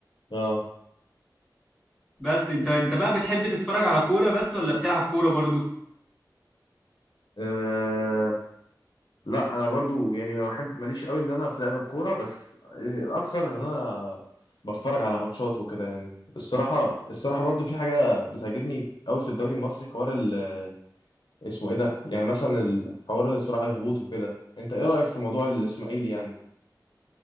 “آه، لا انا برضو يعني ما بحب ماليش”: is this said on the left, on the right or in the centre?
Left